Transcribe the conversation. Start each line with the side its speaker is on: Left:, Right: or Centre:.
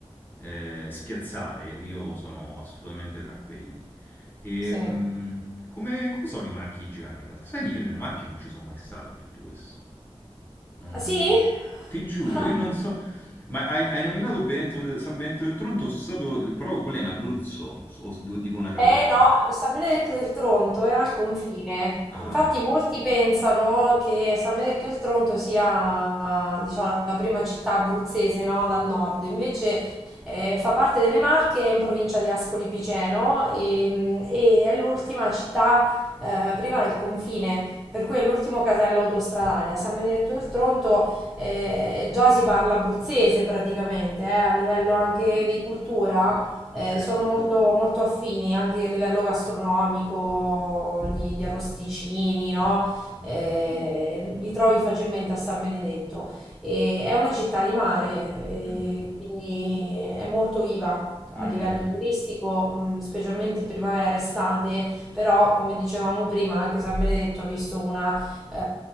Left: eh, spiazzate, io sono assolutamente tra quelli. E,
Centre: sì.
Left: mh, come, come sono i marchi igiani in realtà? Sai che io nelle Marche non ci sono mai stato in tutto questo. Non-
Centre: Ah, sì?
Left: Ti giuro,
Centre: Ah.
Left: io non so... Ma hai, hai nominato Benetto del- San Benedetto del Tronto? Sono stato... Però quello è in Abruzzo, o, o dico una cavolata.
Centre: Eh no, San Benedetto del Tronto è al confine.
Left: Ah,
Centre: Infatti molti pensano che San Benedetto del Tronto sia, diciamo, la prima città abruzzese, no, dal nord. Invece eh, fa parte delle Marche, è in provincia di Ascoli Piceno e, mm, e è l'ultima città eh, prima del confine. Per cui è l'ultimo casello autostradale. A San Benedetto del Tronto eh, già si parla abruzzese praticamente, eh, a livello
Left: ah,
Centre: anche di cultura
Left: ok.
Centre: eh, sono molto, molto affini anche a livello gastronomico, gli, gli arrosticini, no?
Left: Mm,
Centre: Eh, li trovi facilmente a San Benedetto. E è una città di mare, eh,
Left: mm,
Centre: quindi è molto viva.
Left: mm,
Centre: A livello
Left: mm, mm.
Centre: turistico,
Left: mm.
Centre: mh, specialmente primavera, estate, però come dicevamo prima, anche San Benedetto ha visto una, eh,